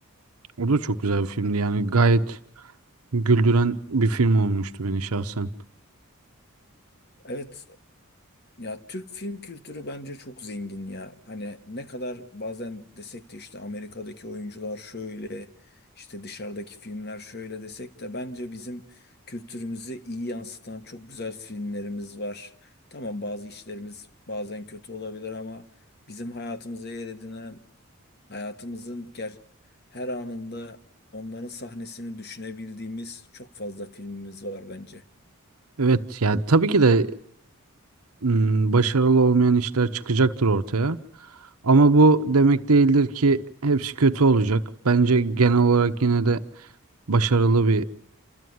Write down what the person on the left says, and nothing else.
Evet Ya Türk film kültürü bence çok zengin ya. Hani ne kadar bazen desek de işte Amerika'daki oyuncular şöyle, işte dışarıdaki filmler şöyle desek de bence bizim kültürümüzü iyi yansıtan çok güzel filmlerimiz var. Tamam bazı işlerimiz bazen kötü olabilir ama bizim hayatımıza yer edinen, hayatımızın ger- her anında onların sahnesini düşünebildiğimiz çok fazla filmimiz var bence.